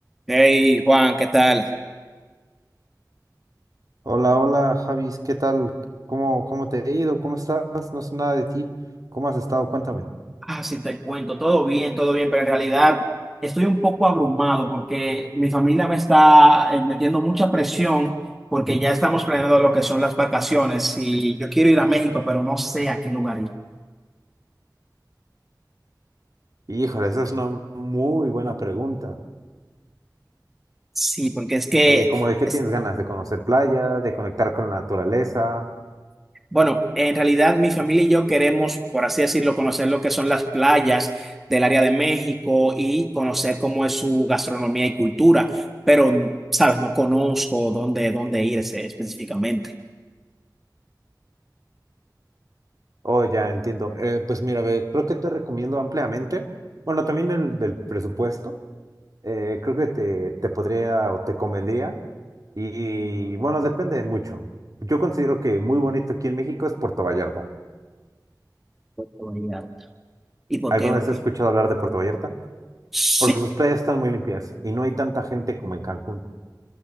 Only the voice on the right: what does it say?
Hola, hola, Javis, ¿qué tal? ¿Cómo, cómo te he ido? ¿Cómo estás? No sé nada de ti. ¿Cómo has estado? Cuéntame.
Híjole, esa es una muy buena pregunta.
Eh, como de qué
tienes ganas de conocer playa, de conectar con la naturaleza.
Oh, ya entiendo. Eh, pues mira, ve, creo que te recomiendo ampliamente. Bueno, también el del presupuesto. Eh, creo que te, te podría o te convendría. Y, bueno, depende mucho. Yo considero que muy bonito aquí en México es Puerto Vallarta.
¿Alguna
vez
has escuchado hablar de Puerto Vallarta?
porque sus playas están muy limpias y no hay tanta gente como en Cancún.